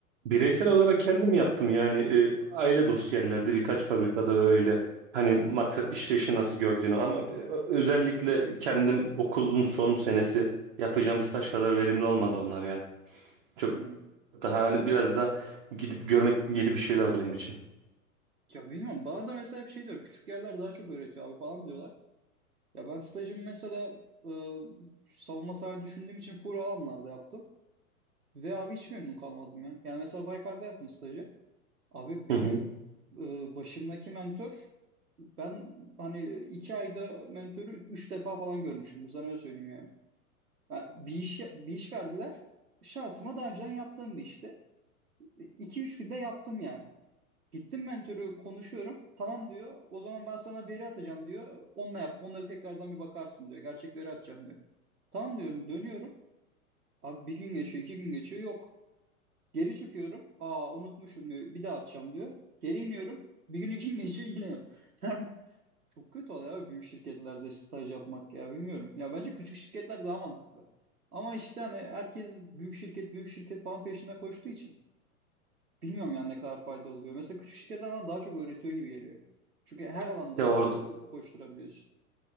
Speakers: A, on the right; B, on the right.
A: Bireysel olarak kendim yaptım yani e, aile dostu yerlerde birkaç fabrikada öyle. Hani maksat işleyişi nasıl gördüğünü ama e, özellikle kendim okulun son senesi yapacağım staj kadar verimli olmadı onlar ya. Çok
B: Hmm.
A: daha hani biraz da gidip görmek gibi bir şeyler oldu benim için.
B: Ya bilmiyorum. Bana da mesela hep şey diyor. Küçük yerler daha çok öğretiyor abi falan diyorlar. Ya ben stajımı mesela e, savunma sahne düşündüğüm için full alanlarda yaptım. Ve abi hiç memnun kalmadım ya. Yani mesela Baykar'da yaptım stajı. Abi benim
A: Hı hı.
B: e, başımdaki mentor ben hani iki ayda mentörü üç defa falan görmüşümdür. Sana öyle söyleyeyim yani. Ha, bir iş bir iş verdiler. Şansıma daha önceden yaptığım bir işti. İki üç günde yaptım yani. Gittim mentörü konuşuyorum. Tamam diyor. O zaman ben sana veri atacağım diyor. Onunla yap. Onunla tekrardan bir bakarsın diyor. Gerçek veri atacağım diyor. Tamam diyorum. Dönüyorum. Abi bir gün geçiyor, iki gün geçiyor. Yok. Geri çıkıyorum. Aa unutmuşum diyor. Bir daha atacağım diyor. Geri iniyorum. Bir gün iki gün geçiyor yine yok. <laughs> Yani çok kötü oluyor abi büyük şirketlerde işte staj yapmak ya bilmiyorum. Ya bence küçük şirketler daha mantıklı. Ama işte hani herkes büyük şirket büyük şirket falan peşinde koştuğu için bilmiyorum yani ne kadar fayda oluyor. Mesela küçük şirketler bana daha çok öğretiyor gibi geliyor. Çünkü her alanda
A: Ya or
B: e, koşturabiliyorsun.